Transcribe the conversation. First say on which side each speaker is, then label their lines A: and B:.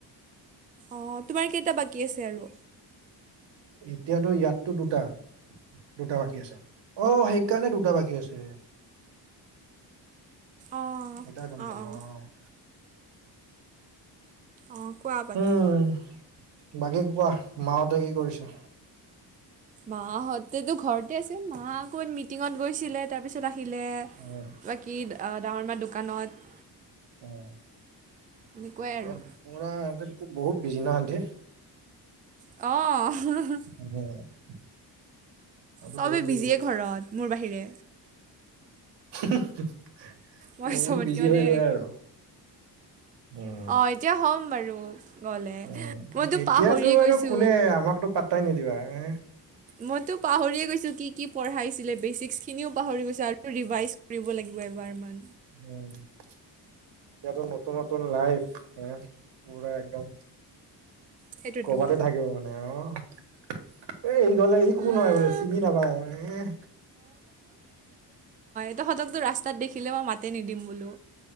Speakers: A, on the right (about 20°); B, on the right (about 80°).
A: অ', তোমাৰ কেইটা বাকী আছে আৰু?
B: এতিয়াতো ইয়াততো দুটা দুটা বাকী আছে অ সেইকাৰণে দুটা বাকী আছে।
A: অঁ
B: এটাই গম
A: অঁ
B: পালো
A: অঁ
B: অ'
A: অ' কোৱা বাকী?
B: উম বাকী ক কোৱা মাহতে কি কৰিচে
A: মাহঁতেতো ঘৰতে আছে মা আকৌ মিটিঙত গৈছিলে তাৰপিছত আহিলে
B: উম
A: বাকী ডাঙৰ মাহ দোকানত
B: অ',
A: এনেকুৱাই আৰু
B: পুৰা সহতে বহুত বিজি ন সেহতে
A: অ'
B: <inaudible> আৰুটো
A: চবেই
B: বহুত বজি
A: বিজিয়ে ঘৰত মোৰ বাহিৰে
B: তুমিও
A: মই চবতকৈ
B: বিজি
A: মানে
B: হৈ যোৱা আৰু উম
A: অ', এতিয়া হ'ম বাৰু? গলে
B: উ
A: মইতো
B: এতিয়াতো
A: পাহৰিয়ে গৈছো
B: আৰু কোনে আমাকতো পাত্তাই নিদিবা এ
A: মইতো পাহৰিয় গৈছো কি কি পঢ়াইছিলে বেচিকস খিনিও পাহৰি গৈছো আৰু ৰিভাইজ কৰিব লাগিব এবাৰ ইমান
B: <inaudible> এতিয়াতো নতু নতন লাইফ হ পুৰা একদম
A: সেইটোতো
B: কৰ'বাতে থাকিব মানে অহ এ ই গলে ই ক
A: আহ,
B: নহয় বোলে চিনি নাপায় এ
A: ত সতকতটো ৰাস্তাত দেখিলে মই মাতে নিদিম বোলো।